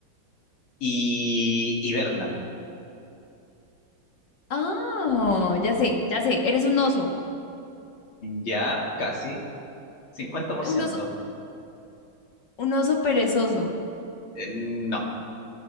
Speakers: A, on the left; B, on the left.
A: y hibernan.
B: Ah, ya sé, ya sé, eres un oso.
A: Ya, casi. 50%.
B: Un oso, un oso perezoso.
A: Eh, no.